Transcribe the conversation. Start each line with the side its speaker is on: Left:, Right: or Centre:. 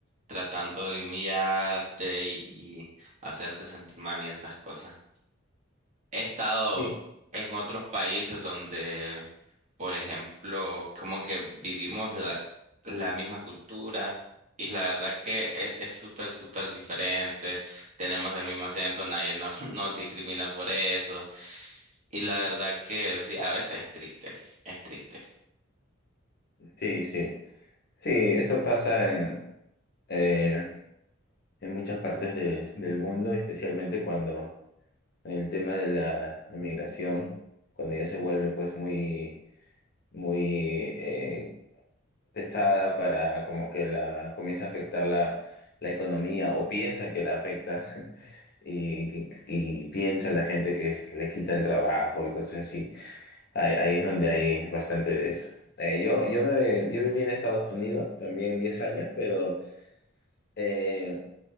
Right: tratando de humillarte y, y hacerte sentir mal y esas cosas. He estado
Left: Sí,
Right: en otros países donde, por ejemplo, como que vivimos la, la misma cultura. Y la verdad que es es súper, súper diferente. Tenemos el mismo acento, nadie nos, <laughs> nos discrimina por eso y la verdad que sí, a veces es triste, es triste.
Left: sí, sí. Sí, eso pasa en, eh, en muchas partes de- del mundo, especialmente cuando el tema de la inmigración, cuando ya se vuelve pues muy, muy eh, pesada para como que la comienza a afectar la, la economía o piensa que la afecta y, y- y piensa la gente que es- le quita el trabajo y cosas así. Ahí, ahí es donde hay bastante de eso. Eh, yo, yo, me, yo viví en Estados Unidos también 10 años, pero eh,